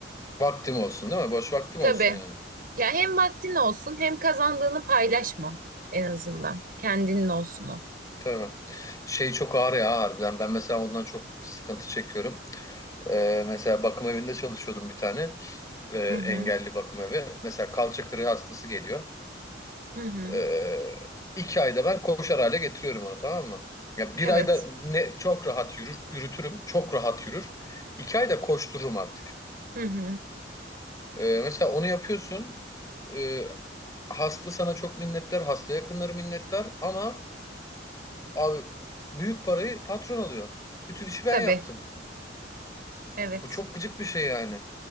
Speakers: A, on the left; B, on the right.
A: Vaktim olsun değil mi? Boş vaktim
B: Tabii.
A: olsun yani.
B: Ya hem vaktin olsun hem kazandığını paylaşma en azından. Kendinin olsun o.
A: Tabii. Şey çok ağır ya harbiden. Ben mesela ondan çok sıkıntı çekiyorum. Ee, mesela bakım evinde çalışıyordum bir tane. e, engelli
B: Hı hı.
A: bakım evi. Mesela kalça kırığı hastası geliyor.
B: Hı hı.
A: E, iki ayda ben koşar hale getiriyorum onu tamam mı? Ya bir
B: Evet.
A: ayda ne çok rahat yürür, yürütürüm. Çok rahat yürür. İki ayda koştururum artık.
B: Hı hı.
A: E, mesela onu yapıyorsun. E, hasta sana çok minnettar. Hasta yakınları minnettar. Ama abi büyük parayı patron alıyor. Bütün işi ben
B: Tabii.
A: yaptım.
B: Evet.
A: Bu çok gıcık bir şey yani.